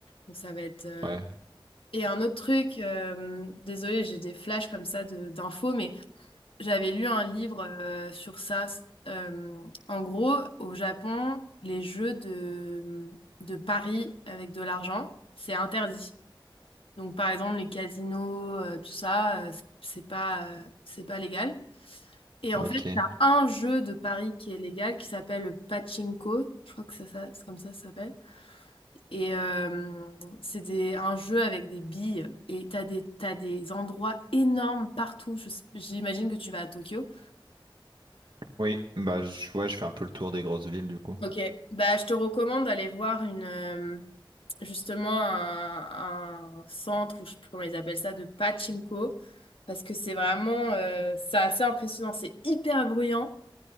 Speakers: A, on the left; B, on the right.
A: donc ça va être. euh,
B: Ouais,
A: Et un autre truc, euh, désolé, j'ai des flashs comme ça de d'infos, mais J'avais lu un livre euh, sur ça. Euh, en gros, au Japon, les jeux de, de paris avec de l'argent, c'est interdit. Donc, par exemple, les casinos, euh, tout ça, euh, c'est pas, euh, c'est pas légal. Et
B: ok.
A: en fait, t'as un jeu de paris qui est légal qui s'appelle le pachinko. Je crois que ça, ça- c'est comme ça ça s'appelle. Et euh, c'est des- un jeu avec des billes. Et t'as des, t'as des endroits énormes partout. Je sais- j'imagine que tu vas à Tokyo.
B: Oui, bah je, ouais, je fais un peu le tour des grosses villes du coup.
A: Ok, bah, je te recommande d'aller voir une, euh, justement un, un centre, ou je sais plus comment ils appellent ça, de pachinko, parce que c'est vraiment, euh, c'est assez impressionnant, c'est hyper bruyant,